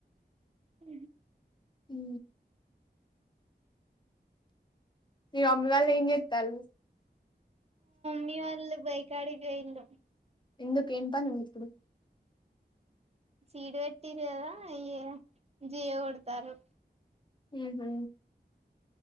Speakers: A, on the right; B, on the left.
A: ఉ
B: ఉ మీ మమ్మీ వాళ్ళు ఏం చెత్తండ్లు
A: మీ వాళ్లు బై గడిగా ఇల్లు
B: ఎందుకు ఏం పని ఇప్పుడు
A: సీడ్ పెట్టిది కదా ఇయ జియో కొడుతారు
B: ఏదో